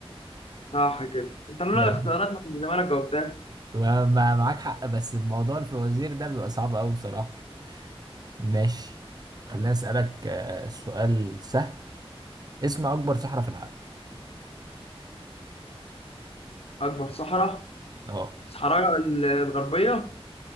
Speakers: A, on the left (about 70°); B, on the right (about 40°).
A: صح كده انت لولا
B: يعني
A: الاختيارات ما كنت زمانك جاوبتها
B: ما ما- معاك حق بس الموضوع الفوازير ده بيبقى صعب قوي بصراحة ماشي خليني أسألك آه، سؤال سهل اسم أكبر صحراء في العالم
A: أكبر صحراء
B: اه
A: الصحراء ال- الغربية